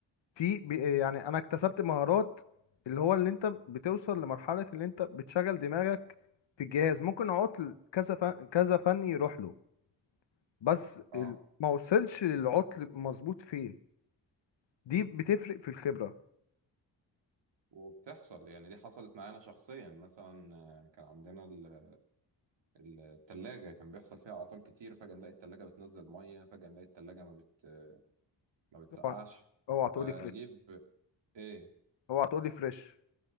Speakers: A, on the left; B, on the right.
A: في بي- يعني انا اكتسبت مهارات اللي هو اللي انت بتوصل لمرحلة اللي انت بتشغل دماغك في الجهاز ممكن عطل كذا فن كذا فن يروح له بس
B: اه
A: ال- ما وصلش للعطل مظبوط فين دي بتفرق في الخبرة
B: وبتحصل يعني دي حصلت معانا شخصيا مثلا آه، كان عندنا ال- ال- التلاجة كان بيحصل فيها اعطال كتير فجأة نلاقي التلاجة بتنزل مية فجأة نلاقي التلاجة ما بت ما بتسقعش
A: اوعى اوعى تقولي
B: فنجيب
A: فريش
B: ايه
A: اوعى تقولي فريش